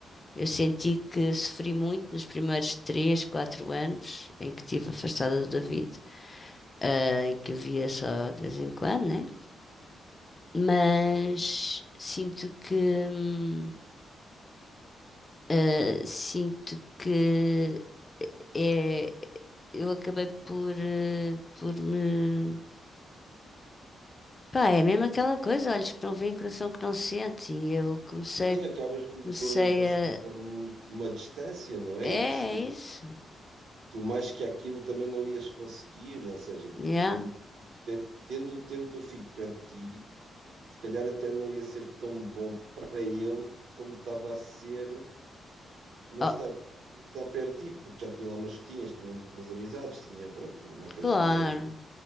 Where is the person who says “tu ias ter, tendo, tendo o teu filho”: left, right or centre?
Right